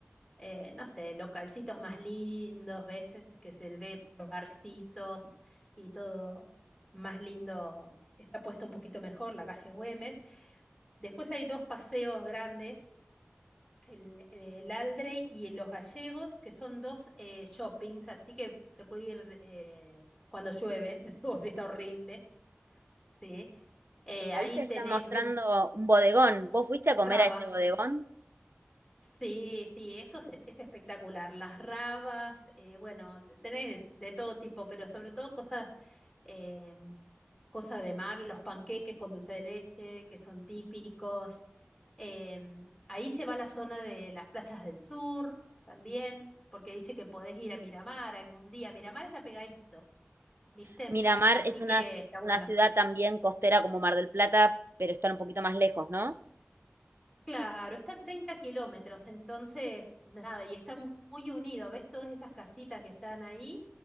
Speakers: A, in the centre; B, on the right (about 65°).
A: eh, no sé, localcitos más lindos, veces que se ve barcitos y todo más lindo, está puesto un poquito mejor, la calle Güemes. Después hay dos paseos grandes, el, el Aldre y el Los Gallegos, que son dos eh, shoppings, así que se puede ir eh, cuando llueve <laughs> o si está horrible. ¿sí? Eh, ahí
B: Ahí te
A: tenés,
B: está mostrando
A: ves
B: un bodegón. ¿Vos fuiste a comer
A: rabas,
B: a ese bodegón?
A: Sí, sí, eso es, es espectacular. Las rabas, eh, bueno, te- tenés de todo tipo, pero sobre todo cosas, eh, cosas de mar, los panqueques con dulce de leche, que son típicos. Eh, ahí se va la zona de las playas del sur también, porque dice que podés ir a Miramar algún día. Miramar está pegadito, ¿viste?
B: Miramar
A: Así
B: es una,
A: que está bueno.
B: una ciudad también costera como Mar del Plata, pero están un poquito más lejos, ¿no?
A: Claro, está a 30 kilómetros, entonces nada, y está mu- muy, unido. ¿Ves todas esas casitas que están ahí?